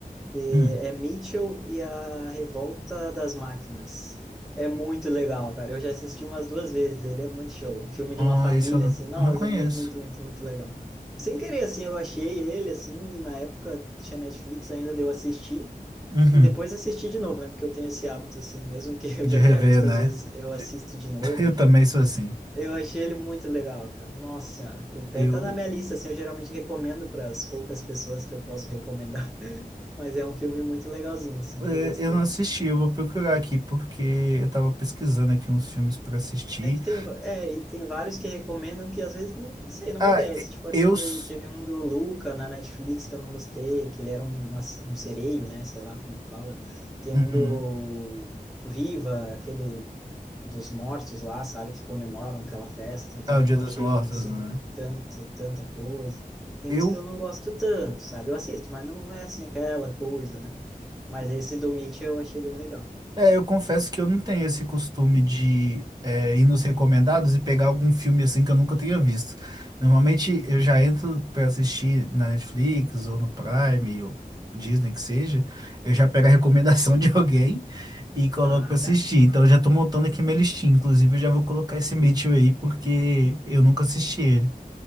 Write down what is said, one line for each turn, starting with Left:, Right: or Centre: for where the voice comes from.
Centre: que
Right: Hum.
Centre: é Mitchell e a Revolta das Máquinas. É muito legal, cara. Eu já assisti umas duas vezes, ele é muito show. Um filme de
Right: Ah,
Centre: uma família,
Right: esse eu não,
Centre: assim, nossa,
Right: eu não conheço.
Centre: é muito, muito, muito, muito legal. Sem querer, assim, eu achei ele, assim, e na época tinha Netflix ainda, deu assistir,
Right: Uhum.
Centre: e depois assisti de novo, né? Porque eu tenho esse hábito, assim, mesmo que <laughs> eu
Right: De
Centre: já
Right: rever,
Centre: tenha visto,
Right: né?
Centre: às vezes eu assisto
Right: <laughs>
Centre: de novo,
Right: Eu
Centre: enfim.
Right: também sou assim.
Centre: Eu achei ele muito legal, cara. Nossa senhora, ele até
Right: Eu,
Centre: tá na minha lista, assim, eu geralmente recomendo para as poucas pessoas que eu posso recomendar, <laughs> mas é um filme muito legalzinho, assim,
Right: eh,
Centre: que eu gostei.
Right: eu não assisti, eu vou procurar aqui, porque eu tava pesquisando aqui uns filmes pra assistir.
Centre: É que tem, é, e tem vários que recomendam que às vezes, não, não sei, não
Right: Ah,
Centre: me desce,
Right: e-
Centre: tipo aquele,
Right: eu. s-
Centre: teve um do Luca na Netflix que eu não gostei, que ele era um, uma- um sereio, né, sei lá como é que fala. Tem
Right: Uhum.
Centre: um do Viva, aquele dos mortos lá, sabe, que comemoram aquela festa. Eu também
Right: Ah, o Dia
Centre: não
Right: dos
Centre: achei,
Right: Mortos,
Centre: assim,
Right: né?
Centre: tanta, tanta coisa. Tem
Right: Eu.
Centre: uns que eu não gosto tanto, sabe? Eu assisto, mas não é, assim, aquela coisa, né? Mas esse do Mitch eu achei bem legal.
Right: É, eu confesso que eu não tenho esse costume de é, ir nos recomendados e pegar algum filme assim que eu nunca tenha visto. Normalmente
Centre: Uhum.
Right: eu já entro pra assistir na Netflix ou no Prime ou Disney que seja, eu já pego a recomendação <laughs> de alguém e coloco
Centre: Ah,
Right: pra assistir.
Centre: tá. Aham.
Right: Então eu já tô montando aqui minha listinha. Inclusive eu já vou colocar esse Mitchell aí porque eu nunca assisti ele.